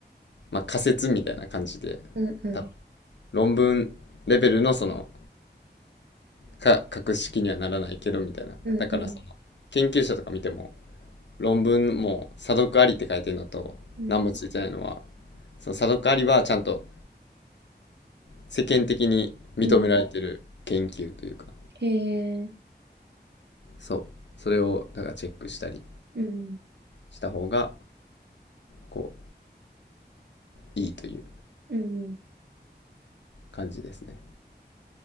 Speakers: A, on the left; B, on the right.
A: まあ仮説みたいな感じで、
B: うんうん、
A: 多分論文レベルのそのか、格式にはならないけど、みたいな。
B: うんうん、
A: だから、その、研究者とか見ても、論文も、査読ありって書いてるのと、
B: うん、
A: 何もついてないのは、その査読ありはちゃんと世間的に認められてる研究というか、
B: うん。へえ、
A: そう、それを、だからチェックしたり
B: うん、
A: した方が、こう、いいという
B: うん。
A: 感じですね。